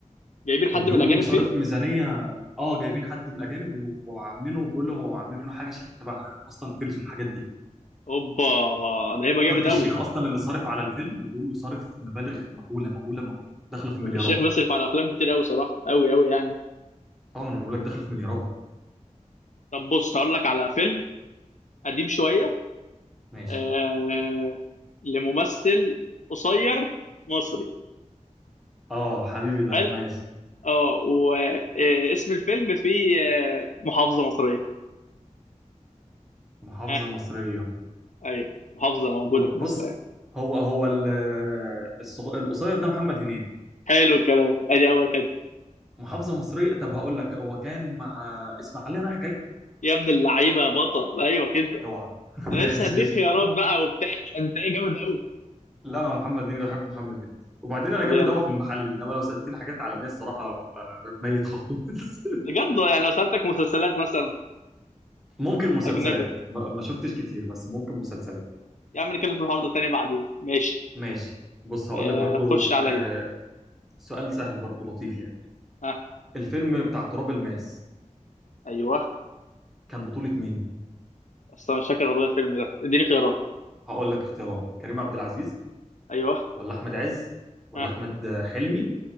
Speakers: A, on the left; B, in the centre.
A: جايبين حد
B: وبيقولوا
A: من الاجانب
B: صارف
A: فيه
B: ميزانية اه جايبين حد من الاجانب و- وعاملينه بيقولوا عاملينه حاجة شبه فاست اند فيريز والحاجات دي
A: اوبا ده هيبقى جامد
B: تركي الشيخ
A: قوي
B: اصلا اللي صارف على الفيلم وبيقولوا صارف مبالغ مهولة مهولة مهولة داخلة في
A: تركي
B: مليارات
A: الشيخ بيصرف على افلام كتير قوي صراحه قوي قوي يعني
B: اه ما انا بقول لك داخلة في مليارات
A: طب بص هقول لك على فيلم قديم شويه
B: ماشي
A: آه لممثل قصير مصري
B: اه حبيبي ده
A: قال
B: ماشي
A: اه واسم الفيلم فيه آه، محافظه مصريه
B: محافظة
A: اه
B: مصرية
A: ايوه محافظه موجوده
B: و-
A: في
B: بص
A: مصر ايوه
B: هو هو ال- الصغ- القصير ده محمد هنيدي
A: حلو الكلام ادي اول حته
B: محافظه مصريه طب هقول لك هو كان مع اسماعيليه رايح جاي
A: يا ابن اللعيبه يا بطل ايوه كده
B: اوعى <laughs>
A: انا
B: ماشي
A: لسه هديك
B: قشطة.
A: خيارات بقى وبتاع انت ايه جامد قوي
B: لا مع محمد هنيدي بحب محمد هنيدي وبعدين
A: طب
B: انا جامد
A: يلا
B: قوي في المحل انما لو سالتني حاجات عالميه الصراحه آه، ميت خالص <laughs>
A: بجد يعني لو سالتك مسلسلات مثلا
B: ممكن مسلسلات
A: اجنبي
B: ما ما شفتش كتير بس ممكن مسلسلات
A: يا عم نتكلم في الحوار ده تاني بعدين ماشي
B: ماشي بص
A: آه،
B: هقول لك برضو
A: خش عليا
B: آه، سؤال سهل برضو لطيف يعني
A: ها
B: الفيلم بتاع تراب الماس
A: ايوه
B: كان بطولة مين؟
A: اصلا مش فاكر والله الفيلم ده اديني خيارات
B: هقول لك اختيارات كريم عبد العزيز
A: ايوه
B: ولا احمد عز ولا
A: ها
B: احمد حلمي